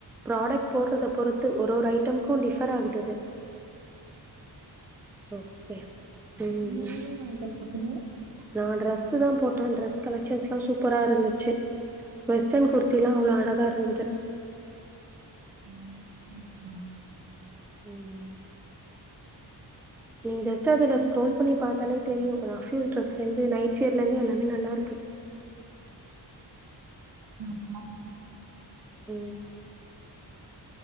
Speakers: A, in the centre; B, on the right.
A: ப்ராடக்ட் போடறத பொறுத்து ஒரு ஒரு ஐட்டமுக்கு டிஃபர் ஆகுது அது ஓகே ம்
B: நீங்க என்ன ஐட்டம் போட்டீங்க
A: நா ட்ரெஸு தா போட் ட டிரஸ் கலெக்க்ஷஸ்லா சூப்பரா இருந்துச்சு வெஸ்டர்ன் குர்த்தி எல்லா அவ்ளோ அழகா இருந்துது
B: உம் உம்
A: உம் நீ ஜஸ்ட் அதுல ஸ்க்ரோல் பண்ணி பாத்தாலே தெரியு ரஃப் யூஸ் ட்ரஸ்ல இருந்து நைட் வியர்ல இருந்து எல்லாமே நல்லாருக்கு
B: ஆஹ் ஆஹ்
A: உம்